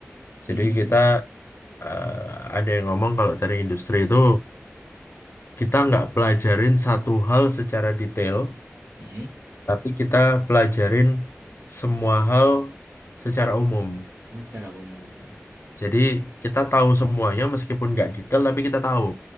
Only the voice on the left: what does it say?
Jadi
kita eh, ada yang ngomong kalau dari industri itu kita nggak pelajarin satu hal secara detail,
tapi kita pelajarin semua hal secara umum.
Jadi kita tahu semuanya meskipun nggak detail tapi kita tahu.